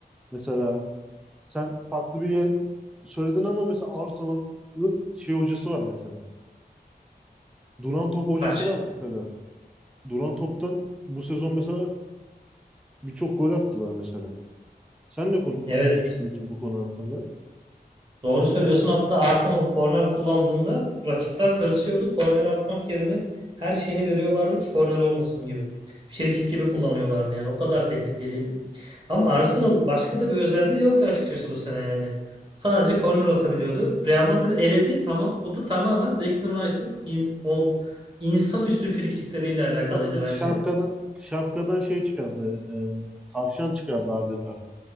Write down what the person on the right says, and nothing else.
Kaç?
Evet.
Doğru söylüyorsun. Hatta Arsenal korner kullandığında rakipler tırsıyordu. Korner atmak yerine her şeyini veriyorlardı ki korner olmasın gibi. Frikik gibi kullanıyorlardı yani. O kadar tehlikeliydi. Ama Arsenal başka da bir özelliği yoktu açıkçası bu sene yani. Sadece korner atabiliyordu. Real Madrid eledi ama o da tamamen Declan Rice'ın in, o insanüstü frikikleriyle alakalıydı
bence.